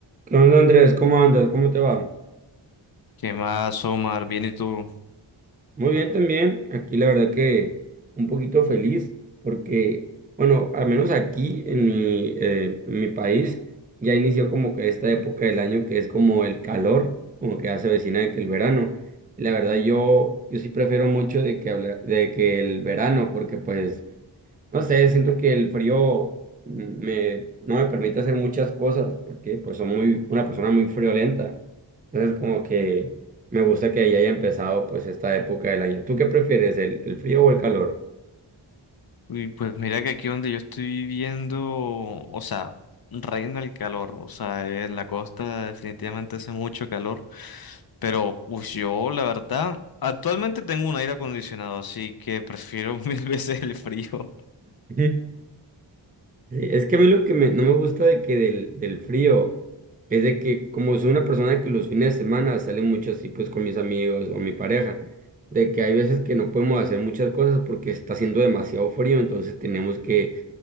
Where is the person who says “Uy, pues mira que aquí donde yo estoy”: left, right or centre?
Left